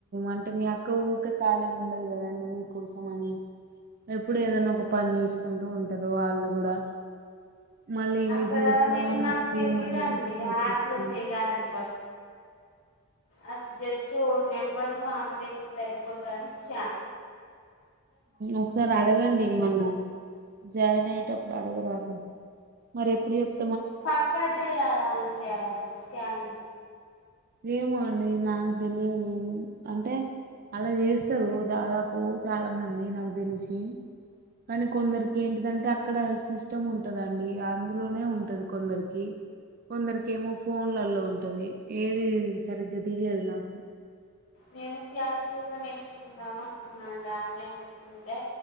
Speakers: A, on the right (about 45°); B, on the left (about 65°).
A: అంటే మీ అక్క ఊకె ఖాళీగా ఉండదు కదండి మీ కోసం అని. ఎప్పుడు ఏదనా ఒక పని చేసుకుంటూ ఉంటరు వాళ్ళు కూడా. మళ్ళీ
B: అక్కడ
A: మీకు ఫోన్
B: నేను నాకు
A: ఇచ్చి
B: తెలియదండి
A: మళ్ళ తీసుకోచి
B: యాప్
A: ఇచ్చి
B: లో చెయ్యాలని అది జస్ట్ నెంబరు ఆమ అదే ఇస్తె అయిపోతదని ఇచ్చ.
A: ఒకసారి అడగండి మళ్ళ జాయిన్ అయ్యేటప్ మీరడగరాండి మరి ఎప్పుడు ఎప్
B: పక్క చేయల అండి అలా స్కన్
A: ఏమో అండి నాకు తెలియదు అన్ అంటే అలా చేస్తారు దాదాపు చాలా మంది నాకు తెలిసి కానీ కొందరికి ఏంటిదంటే అక్కడ సిస్టమ్ ఉంటదండి అందులోనే ఉంటది కొందరికి. కొందరికిమో ఫోన్లలో ఉంటది ఏది సరిగ్గా తెలియదు నాకు.
B: నేను క్యాశ్వల్గ నేర్చుకుందాం అనుకున్నాండి ఆన్లై ఎచుంటే